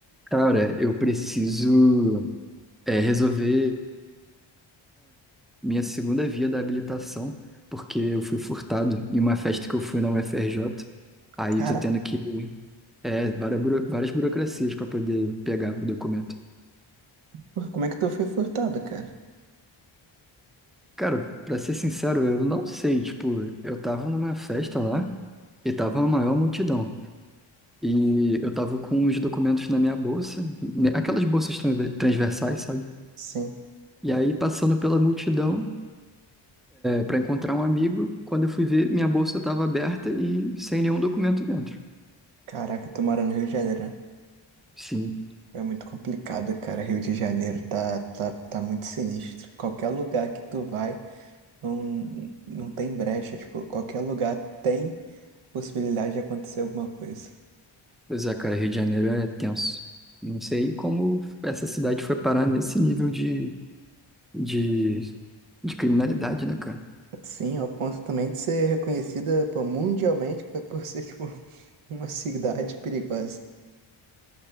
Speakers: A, in the centre; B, on the right.
A: Cara, eu preciso é, resolver minha segunda via da habilitação, porque eu fui furtado em uma festa que eu fui na UFRJ. Aí
B: Caraca,
A: tô tendo que é, várias, buro- várias burocracias para poder pegar o documento.
B: porra, como é que tu foi furtado, cara?
A: Cara, pra ser sincero, eu não sei. Tipo, eu tava numa festa lá e tava a maior multidão. E eu tava com os documentos na minha bolsa, né, aquelas bolsas tran- transversais, sabe?
B: Sim.
A: E aí, passando pela multidão, para encontrar um amigo, quando eu fui ver, minha bolsa estava aberta e sem nenhum documento dentro.
B: Caraca, tu mora no Rio de Janeiro, né?
A: Sim,
B: É muito complicado, cara. Rio de Janeiro tá, tá, tá muito sinistro. Qualquer lugar que tu vai, não, não tem brecha. Tipo, qualquer lugar tem possibilidade de acontecer alguma coisa.
A: pois é, cara, Rio de Janeiro é tenso. Não sei como essa cidade foi parar nesse nível de, de, de criminalidade, né, cara?
B: Sim, ao ponto também de ser reconhecida, pô, mundialmente por por ser, tipo, <laughs> uma cidade perigosa.